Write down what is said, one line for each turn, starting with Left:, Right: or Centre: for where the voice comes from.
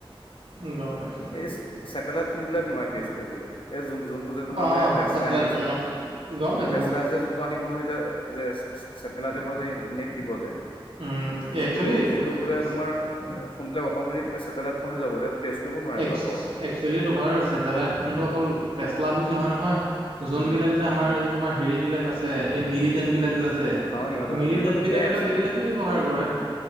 Right: পাইছো গম পাইছো
Left: এই চেটেলাইট ফোনবিলাক নোৱাৰে ত্ৰেছ কৰিবলৈ। যোনবিলাক যে তোমাৰ
Right: অ
Left: যে
Right: অ
Left: তেচলাই
Right: চেটেলাইট
Left: আনিছে
Right: ফোনৰ
Left: যে।
Right: গম পাইছো
Left: তেচলাই
Right: গম পাইছো
Left: যে যোনটো আনিব নহয়। যে চেটেলাইটৰ পৰা যে নেট দিব যে।
Right: উম,
Left: সেইটো,
Right: একচুৱেলি
Left: সেইটো বোলে
Right: চে
Left: তোমাৰ ফোনবিলাক অট'মেটিক চেটেলাইট ফোন হৈ যাব। টেষ্ট কৰিব নোৱাৰে
Right: একচোৱেলি
Left: বোলে সহজে
Right: তোমাৰ চেটেলাইট ফোনটো অকল টেচলা বুলি নহয়, নহয়। যোনবিলাক
Left: উম
Right: যে আমাৰ যে তোমাৰ হেৰি বিলাক আছে। এই মিলিটেন বিলাক যে আছে।
Left: আৰু ইহঁতৰ
Right: মিলিটেন
Left: ইহঁতৰতো
Right: বিলাকেটো
Left: সেয়াই আছে
Right: সেইবিলাকে ব্যৱহাৰ কৰে।
Left: উম,